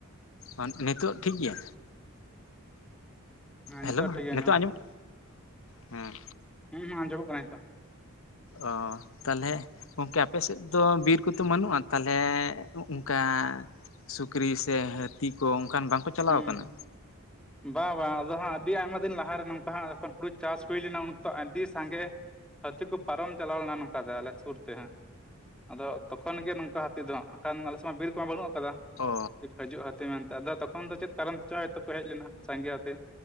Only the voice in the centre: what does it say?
ᱦᱮᱸ
ᱱᱤᱛᱚᱜ ᱴᱷᱤᱠ ᱜᱮ ᱟᱸᱡᱚᱢᱚᱜ
ᱠᱟᱱᱟ
ᱦᱩᱸ ᱟᱸᱡᱚᱢᱚᱜ ᱠᱟᱱᱟ ᱱᱤᱛᱚᱜ
ᱦᱩᱸ
ᱵᱟᱝ ᱵᱟᱝ ᱟᱫᱚ ᱦᱟᱸᱜ ᱟᱹᱰᱤ ᱟᱭᱢᱟ ᱫᱤᱱ ᱞᱟᱦᱟ ᱨᱮ ᱱᱚᱝᱠᱟ ᱦᱟᱸᱜ ᱡᱚᱠᱷᱚᱱ ᱦᱩᱲᱩ ᱪᱟᱥ ᱦᱩᱭ ᱞᱮᱱᱟ ᱩᱱ ᱛᱚ ᱟᱹᱰᱤ ᱥᱟᱸᱜᱮ ᱦᱟᱹᱛᱤ ᱠᱚ ᱯᱟᱨᱚᱢ ᱪᱟᱞᱟᱣ ᱞᱮᱱᱟ ᱱᱚᱝᱠᱟ ᱫᱚ ᱟᱞᱮ ᱥᱩᱨ ᱛᱮ ᱦᱟᱸᱜ ᱟᱫᱚ ᱛᱚᱠᱷᱚᱱ ᱜᱮ ᱱᱚᱝᱠᱟ ᱦᱟᱹᱛᱤ ᱫᱚ ᱦᱟᱸᱜ ᱮᱠᱷᱟᱱ ᱟᱞᱮ ᱥᱮᱫ ᱢᱟ ᱵᱤᱨ ᱠᱚᱢᱟ ᱵᱟᱹᱱᱩᱜ ᱟᱠᱟᱫᱟ
ᱦᱟᱹᱡᱩᱜ ᱦᱟᱹᱛᱤ ᱢᱮᱱᱛᱮ ᱟᱫᱚ ᱛᱚᱠᱷᱚᱱ ᱫᱚ ᱪᱮᱫ ᱠᱟᱨᱚᱱ ᱛᱮ ᱪᱚ ᱦᱚᱭᱛᱚ ᱠᱚ ᱦᱮᱡ ᱞᱮᱱᱟ ᱥᱟᱸᱜᱮ ᱮᱛᱮ